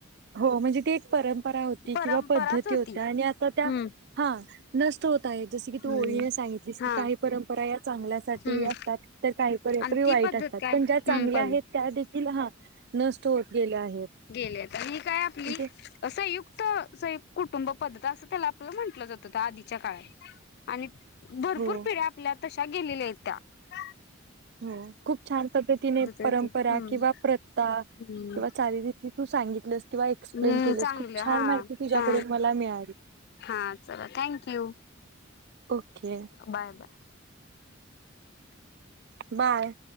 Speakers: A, on the right; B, on the left.
A: हो म्हणजे ती एक परंपरा होती
B: परंपराच
A: किंवा पद्धती
B: होती
A: होत्या आणि असं त्या
B: हम्म
A: हा नष्ट होत जस की तू
B: हम्म
A: होळीने सांगितलीस
B: हा
A: काही परंपरा या चांगल्या सा
B: हम्म
A: असतात तर काही परंपर
B: आणि ती पद्धत काय
A: पण ज्या चांगल्या
B: हम्म पण
A: आहेत त्या देख हा नष्ट होत गेल्या आहेत
B: गेले तर ही काय आपली
A: म्हणजे
B: असं युक्त कुटुंब पद्धत अस त्याला आपला म्हंटलं जात होत आधीच्या काळात आणि भरपूर
A: हो
B: पिढ्या आपल्या तशा गेलेल्या आहेत त्या्या
A: हो खूप छान पद्धतीने
B: आहे
A: परंपरा
B: ती हम्म
A: किंवा प्रथा किंवा
B: हम्म
A: चचाली रिती तू सांगितलंस किंवा एक्सप्लेन
B: हम्म
A: केस
B: चांगलं
A: खूप छान
B: हा
A: माहिती तुझ्याकडून
B: हा
A: मला मिळाला
B: हा चला thank you
A: okay
B: bye bye.
A: Bye